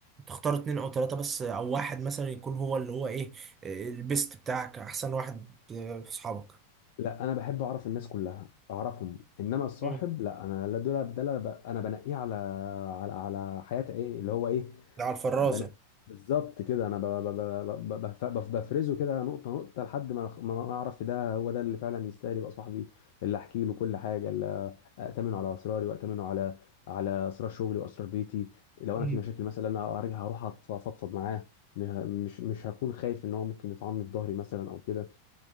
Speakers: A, on the right; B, on the left.
A: تختار اتنين أو تلاتة بس أو واحد مثلا يكون هو اللي هو إيه آه، البيست بتاعك أحسن واحد آه، في صحابك
B: لا انا بحب اعرف الناس كلها اعرفهم انما الصاحب
A: مم. اللي
B: لا انا لا دول ده لا ب- انا بنقيه على على على حياة ايه اللي هو ايه
A: على الفرازة
B: بن... بالظبط كده انا ب... ب... ب... ب... بف- بف- بفرزه كده نقطه نقطه لحد ما ما ما اعرف ده هو ده اللي فعلا يستاهل يبقى صاحبي اللي احكي له كل حاجه أأتمنه على أسراري وأأتمنه على على أسرار شغلي وأسرار بيتي لو
A: مم.
B: أنا في مشاكل مثلا أنا هرجع- هروح أفضفض معاه مه- مش مش هكون خايف إن هو ممكن يطعني في ظهري مثلا أو كده